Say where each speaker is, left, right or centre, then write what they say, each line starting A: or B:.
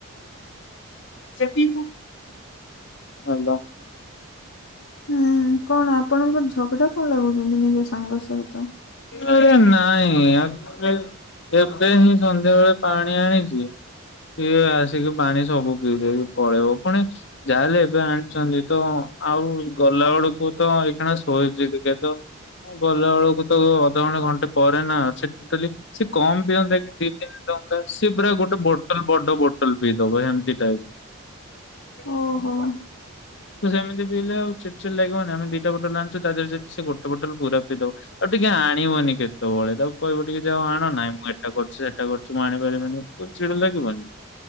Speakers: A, on the left; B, on the left.
A: <unintelligible> ଅ <unintelligible>
B: ହୁଁ କଣ ଆପଣଙ୍କ ଝଗଡା କଣ ଲାଗୁଛନ୍ତି ନିଜ ସାଙ୍ଗ ସହିତ।
A: ଆରେ ନାଇଁ ଆକଚୁଆଲି। ଏବେ ହିଁ ସନ୍ଧ୍ୟାବେେଳେ ପାଣି ଆଣିଛି। କିଏ ଆସିକି ପାଣି ସବୁ ପିଇକି ପଳେଇବ ପୁଣି ଯାହାହେଲେ ଏବେ ଆଣି ତା ନିଦ ଆଉ ଗଲା ବେଳକୁ ତ ଏଇଣା ଶୋଇଛି ଟିକେ ତ ଗଲାବେଳକୁ ତ ଅଧଘଣ୍ଟେ ଘଣ୍ଟେ ପରେ ନା ଅଛି ଟୋଟାଲି ସିଏ କମ ପିଅନ୍ତା କି ଦି ତିନି ଟଙ୍କା ସିଏ ପୁରା ଗୋଟେ ବୋଟଲ ବଡ ବୋଟଲ ପିଇ ଦବ ଏମିତି ଟାଇପ
B: ଓହୋ
A: ତ ସେମିତି ପିଇ ଲେ ଆଉ ଚଡ ଚିଡ୍ ଲାଗିବନି ଆମେ ଦି ଗୋଟେ ବତଲ ଆଣିଛ ତା ଦେହ ଯଦି ସେ ଗୋଟେ ବତଲ ପୁରା ପିଇଦବ ଆଉ ଟିକେ ଆଣିବନି କେତେବେଳେ ତାକୁ କହିବ ଟିକେ ଯୋଉ ଆଣ ନାହି ମୁଁ ଏଟା କରୁଛି ସେଟା କରୁଛିୁ ମୁଁ ଆଣିପାରିବିନି। ଚିଡା ଲାଗିବନି।